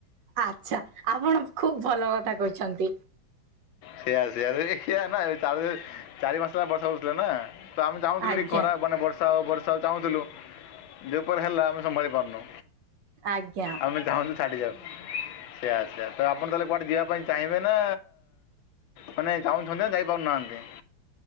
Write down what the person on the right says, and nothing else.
ଆଛା ଆପଣ ଖୁବ ଭଲ କଥା କହିଛନ୍ତି।
ଆଜ୍ଞା
ଆଜ୍ଞା